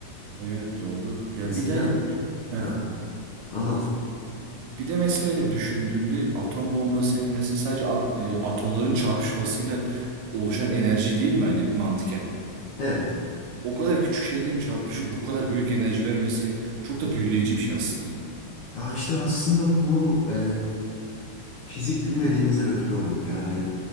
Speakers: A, on the right; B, on the left.
A: Evet doğru. Ya
B: Mesela
A: bir tane Heh.
B: ha anlat.
A: Bir de mesela hani düşündüğünde atom bombası hani mesela sadece at- e, atomların çarpışmasıyla oluşan enerji değil mi hani mantıken?
B: Evet.
A: O kadar küçük şeylerin çarpışıp bu kadar büyük enerji vermesi çok da büyüleyici bir şey aslında.
B: Ya işte aslında bu e, fizik bilmediğimizden ötürü oluyor. Yani